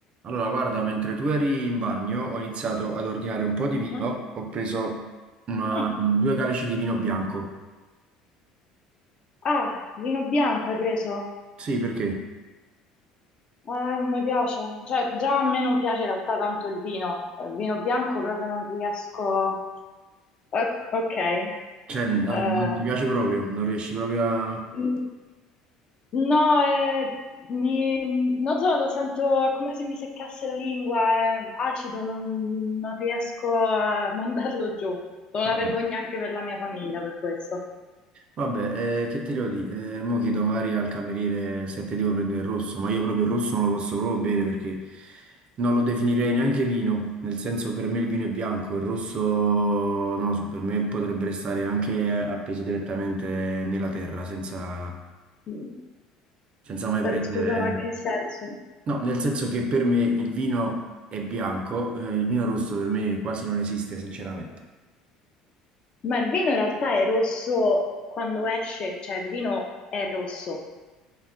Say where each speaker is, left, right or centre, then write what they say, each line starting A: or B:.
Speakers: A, on the right (about 45°); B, on the left (about 40°).
A: Allora, guarda, mentre tu eri in bagno, ho iniziato ad ordinare un po' di
B: Mhm.
A: vino. Ho preso una-
B: Mm.
A: due calici di vino bianco.
B: Ah, vino bianco hai preso?
A: Sì, perché?
B: Eh, non mi piace. Cioè, già a me non piace in realtà tanto il vino. Il vino bianco proprio non riesco. Eh, ok.
A: Cioè, non,
B: Eh,
A: non ti piace proprio, non riesci proprio a...
B: mm, no, eh, mi- non so, lo sento è come se mi seccasse la lingua, è acido, non, non riesco a mandarlo giù. Sono
A: Vabbè,
B: una vergogna anche per la mia famiglia per questo.
A: Vabbè, eh, che ti devo dire? Eh, mo chiedo magari al cameriere se te devo prendere il rosso, ma io proprio il rosso non lo posso proprio bere perché non lo definirei neanche vino, nel senso per me il vino è bianco, il rosso, non lo so, per me potrebbe restare anche appeso direttamente nella terra senza...
B: Mm.
A: senza mai prendere...
B: Eh, Scusa, ma in che senso?
A: No, nel senso che per me il vino è bianco, eh, il vino rosso per me quasi non esiste, sinceramente.
B: Ma il vino in realtà è rosso quando esce, cioè il vino è rosso,